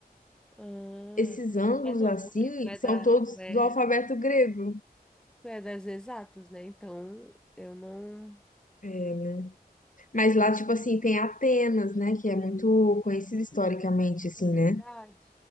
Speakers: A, in the centre; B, on the left (about 55°).
A: Ah,
B: Esses ângulos
A: é não,
B: assim
A: porque tu é
B: são
A: da,
B: todos
A: tu é,
B: do alfabeto grego.
A: tu é das exatas, né? Então eu não,
B: É, né? mas lá,
A: não. s-
B: tipo assim, tem Atenas, né? Que é muito conhecida historicamente, assim,
A: É verdade.
B: né?